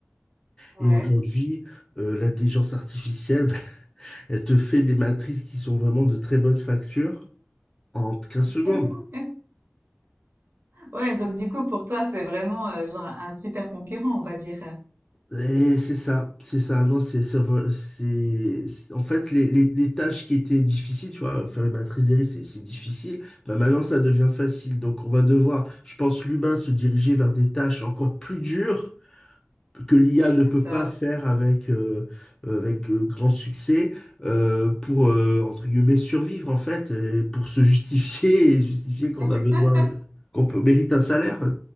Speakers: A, on the right (about 55°); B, on the left (about 20°).
A: Ouais.
B: Et aujourd'hui, euh, l'intelligence artificielle, <laughs> elle te fait des matrices qui sont vraiment de très bonne facture en 15
A: <laughs>
B: secondes.
A: Ouais, donc du coup, pour toi, c'est vraiment euh, genre un super concurrent, on va dire.
B: Et c'est ça, c'est ça. Non, c'est, c'est, c'est- c'est- en fait les, les, les tâches qui étaient difficiles, tu vois, faire une matrice des risques, c'est c'est difficile. Bah maintenant, ça devient facile. Donc, on va devoir, je pense, l'humain se diriger vers des tâches encore plus dures que l'IA
A: C'est
B: ne peut
A: ça.
B: pas faire avec, euh, euh, avec euh, grand succès euh, pour, euh, entre guillemets, survivre, en fait, et pour se justifier et justifier qu'on
A: <laughs>
B: a besoin, qu'on peut, mérite un salaire.